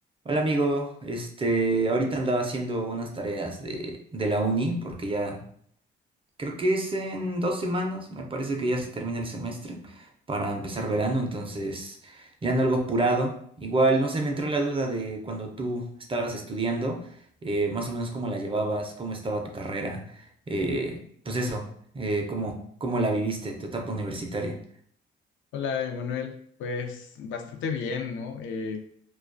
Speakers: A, on the right (about 25°); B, on the left (about 75°).
A: Hola amigo, este, ahorita andaba haciendo unas tareas de, de la uni porque ya creo que es en dos semanas, me parece que ya se termina el semestre para empezar verano, entonces ya ando algo apurado. Igual no se me entró la duda de cuando tú estabas estudiando, eh, más o menos cómo la llevabas, cómo estaba tu carrera, eh, pues eso, eh, cómo, cómo la viviste, tu etapa universitaria.
B: Hola, Emanuel. Pues bastante bien, ¿no? Eh,